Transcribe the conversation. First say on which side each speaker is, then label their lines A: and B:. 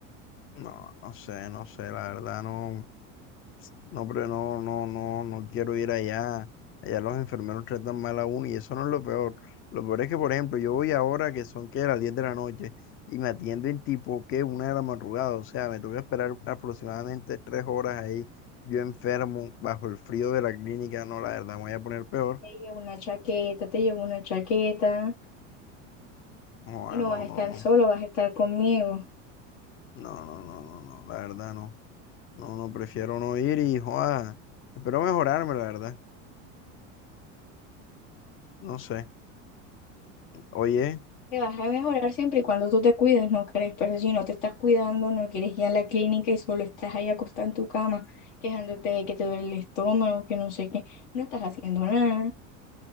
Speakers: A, on the left; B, on the left.
A: no, no sé, no sé, la verdad no. No, pero no, no, no, no quiero ir allá. Allá los enfermeros tratan mal a uno y eso no es lo peor. Lo peor es que, por ejemplo, yo voy ahora que son que las 10 de la noche y me atienden tipo que una de la madrugada. O sea, me tuve que esperar aproximadamente tres horas ahí, yo enfermo, bajo el frío de la clínica. No, la verdad, me voy a poner peor.
B: Te llevo una chaqueta, te llevo una chaqueta
A: Joa,
B: y no
A: no,
B: vas a
A: no,
B: estar
A: no.
B: solo, vas a estar conmigo.
A: No, no, no, no, no. La verdad, no. No, no, prefiero no ir y, joa, espero mejorarme, la verdad. No sé. Oye,
B: Te vas a mejorar siempre y cuando tú te cuides, ¿no crees? Pero si no te estás cuidando, no quieres ir a la clínica y solo estás ahí acostada en tu cama, quejándote de que te duele el estómago, que no sé qué, no estás haciendo nada.